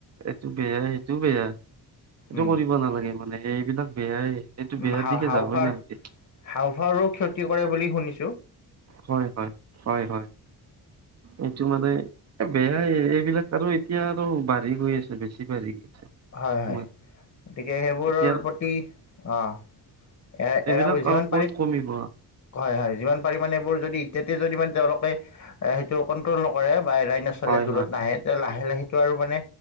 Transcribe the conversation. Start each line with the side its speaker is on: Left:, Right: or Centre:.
Right: এইটো বেয়াই এইটো বেয়া এইটো
Left: উম
Right: কৰিব নালাগে মানে এইবিলাক বেয়াই। এইটো
Left: উ
Right: বেয়াৰ
Left: হা
Right: দিশে
Left: হাওফাৰ
Right: যাবই নালাগে
Left: হাওফাৰো ক্ষতি কৰে বুলি শুনিছ-
Right: হয় হয় হয় হয় এইটো মানে- বেয়াই এইবিলাক আৰু এতিয়া আৰু বাঢ়ি গৈ আছে বেছি বাঢ়ি।
Left: হয়
Right: তোমাৰ
Left: হয় গতিকে সেইবোৰৰ
Right: এতিয়া
Left: প্ৰতি অ- এ
Right: এইবিলাক
Left: এৰা যিমান
Right: আৰু ক'ত
Left: পাৰি
Right: কমিব
Left: হয় হয় যিমান পাৰিম মানে এইবোৰ যদি এয়াতে যদি ইমান- তেওঁলোকে সেইটো কণ্ট্ৰল নকৰে বা এৰাই নচলে
Right: হয়
Left: দূৰত
Right: হয়
Left: নাহে তেয়া লাহে লাহেটো আৰু মানে